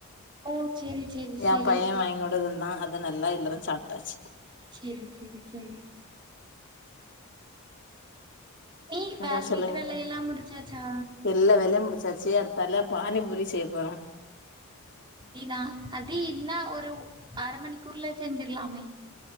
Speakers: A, on the right; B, on the left.
A: ஓ செரி செரி செரி
B: எ பைய வாங்கி கொண்டு தந்தா அது நல்லா எல்லாரு சாப்ட்டாச்சு
A: சேரி சேரி சேரி நீ வேல்
B: வேற சொல்லுங்க
A: வீட்டு வேலயெல்லா முடிச்சாச்சா
B: எல்லா வேலயு முடிச்சாச்சு அடுத்தால பானிபூரி செய்ய போறோ
A: இனா அது இன்னா ஒரு அர மணிக்கூர்ல செஞ்சுர்லாமே